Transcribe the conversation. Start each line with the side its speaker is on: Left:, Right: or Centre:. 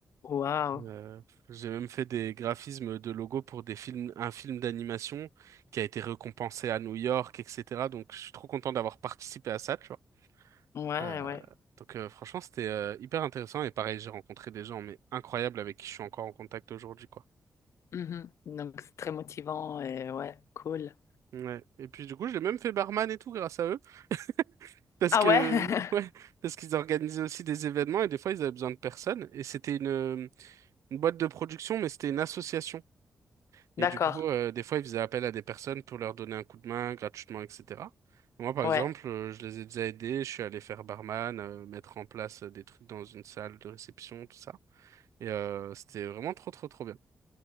Left: Waouh.
Right: Euh, j'ai même fait des graphismes de logos pour des films, un film d'animation qui a été récompensé à New York, etc. Donc je suis trop content d'avoir participé à ça, tu vois.
Left: Ouais,
Right: Euh,
Left: ouais.
Right: donc euh, franchement, c'était euh, hyper intéressant et pareil, j'ai rencontré des gens mais incroyables avec qui je suis encore en contact aujourd'hui quoi.
Left: Mhm. Donc c'est très motivant et ouais, cool.
Right: Ouais. Et puis du coup, j'ai même fait barman et tout grâce à eux <laughs> parce
Left: Ah
Right: que
Left: ouais? <laughs>
Right: ouais, parce qu'ils organisaient aussi des événements et des fois ils avaient besoin de personnes et c'était une une boîte de production mais c'était une association et
Left: D'accord.
Right: du coup euh, des fois ils faisaient appel à des personnes pour leur donner un coup de main gratuitement etc. Et moi par
Left: Ouais,
Right: exemple, euh, je les ai déjà aidés, je suis allé faire barman, euh, mettre en place euh, des trucs dans une salle de réception, tout ça. Et euh, c'était vraiment trop trop trop bien.